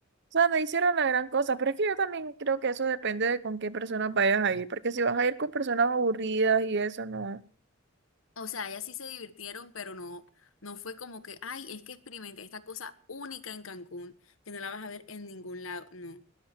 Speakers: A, on the right (about 55°); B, on the left (about 70°).
A: sea, no hicieron la gran cosa, pero es que yo también creo que eso depende de con qué personas vayas a ir, porque si vas a ir con personas aburridas y eso, no.
B: O sea, ellas sí se divirtieron, pero no, no fue como que, ay, es que experimenté esta cosa única en Cancún, que no la vas a ver en ningún lado. No,